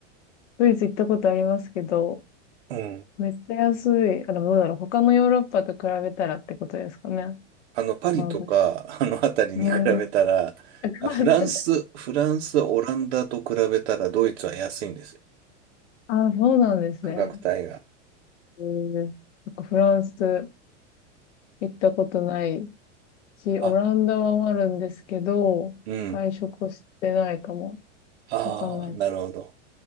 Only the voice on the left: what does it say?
ドイツ行ったことありますけど、
めっちゃ安い。あ、でもどうだろう。他のヨーロッパと比べたらってことですかね。
まあ、確か
に。うーん。<laughs>
まあ、確かに。
ああ、そうなんですね。
えー、なんかフランス行ったことないし、オランダはあるんですけど、
外食をしてないかも。
わかんない。